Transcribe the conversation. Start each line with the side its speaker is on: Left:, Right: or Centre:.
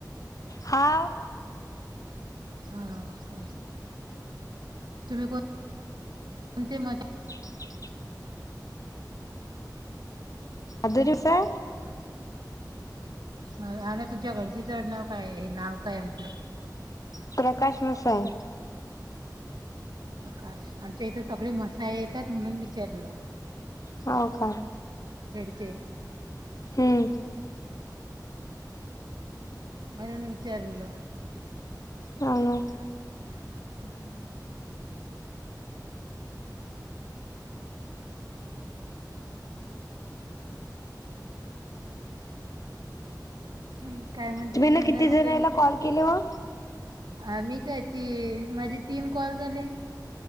Left: हा.
Right: हा का तुम्ही कोण ते म्हे
Left: अन ऎंटिलेजेबल अन ऎंटिलेजेबल
Right: ना तुमच्या घरच्यांच काय आडनाव काय हे नाव काय म्हटलं.
Left: प्रकाश मसाई
Right: आकाश आमच्या इथं सगळे मसाळे येतात म्हणून विचारलं.
Left: हव का?
Right: ओके.
Left: हम्म
Right: म्हणुन विचारल.
Left: हो ना
Right: हम् हम्म. अ काय म्हणते
Left: तुम्ही
Right: सांगा
Left: किती
Right: ना
Left: जणाला
Right: काही
Left: कॉल केले मग
Right: आम्ही मी आहे ती माझे तीन कॉल झाले.